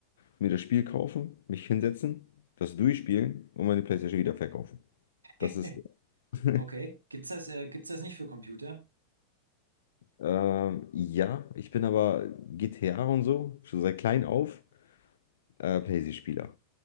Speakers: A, on the left (about 60°); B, on the right (about 75°).
A: mir das Spiel kaufen, mich hinsetzen, das durchspielen und meine PlayStation wieder verkaufen.
B: <laughs>
A: Das ist, <laughs>
B: Okay. Gibt's das, äh, gibt's das nicht für Computer?
A: ähm, ja, ich bin aber GTA und so, schon seit klein auf, äh, PlayStation-Spieler.